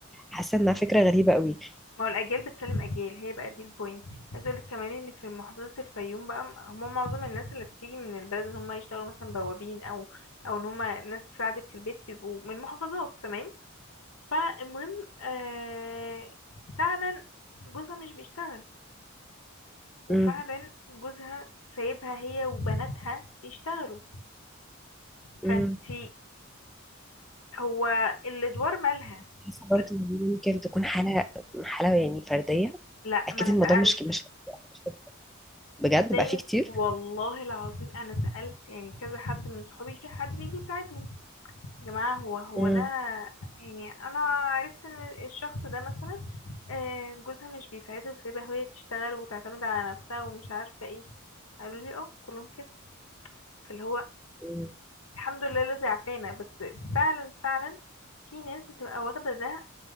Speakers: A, in the centre; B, on the left.
A: حاسة
B: انتي
A: انها
B: ما
A: فكرة غريبة قوي
B: هو الأجيال بتسلم أجيال هي بقى دي البوينت عايز اقولك كمان ان في محافظة الفيوم بقى م- هم معظم الناس اللي بتيجي من البلد ان هم يشتغلوا مثلا بوابين او او ان هم ناس تساعدك في البيت بيبقوا من محافظات تمام فالمهم آه فعلا جوزها مش بيشتغل وفعلا
A: مم.
B: جوزها سايبها هي وبناتها يشتغلوا
A: مم.
B: فانتي هو الادوار مالها
A: بحس برضه
B: لا
A: إن دي ممكن تكون حالة حالة يعني فردية
B: لا،
A: أكيد
B: ما انا
A: الموضوع
B: سألت
A: مش مش مش بجد
B: تصدقي
A: بقى فيه كتير
B: والله العظيم انا سألت يعني كذا حد من صحابي في حد بيجي يساعدهم يا جماعة هو هو
A: مم.
B: ده يعني انا عرفت ان الشخص ده مثلا آه، جوزها مش بيساعدها وسايبها هي تشتغل وتعتمد على نفسها ومش عارفة ايه قالوا لي اه كلهم كده فاللي هو
A: مم.
B: الحمد لله الذي عافانا بس فعلا فعلا في ناس بتبقى واخدة ده